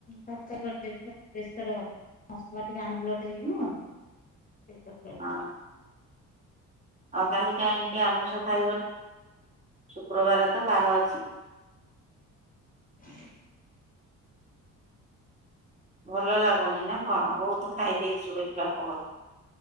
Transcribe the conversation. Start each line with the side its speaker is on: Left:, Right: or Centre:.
Left: ତକାରୀ କରିଦେବି ଆଉ। ବେଶର ମସଲା ଟିକେ ଆମ୍ବୁଲ ଦେଇକିି ନୁଅ ସେଇ ତକାରୀ।
Right: ହଁ। ଆଉ କାଲି କାହିଁକି ଆମିଷ ଖାଇବନି? ଶୁକ୍ରବାର ତ ବାର ଅଛି।
Left: ହ
Right: ଭଲ ଲାଗୁନି ନା କଣ? ବହୁତ ଖାଇଦେଇଚୁ ବୋଲି ବାପ ଘରେ।